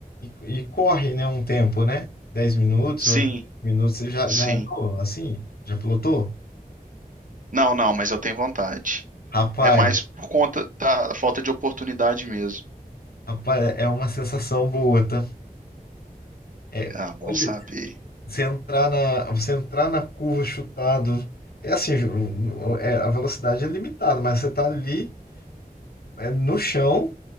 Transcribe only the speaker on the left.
e, e corre, né? Um tempo, né? Dez minutos,
eu acho, 20 minutos. Você já,
já andou assim? Já pilotou?
Rapaz,
rapaz, é uma sensação boa, tá? É,
olha,
Você entrar na, você entrar na curva chutado. É assim, Ju, é, a velocidade é limitada, mas você tá ali é, no chão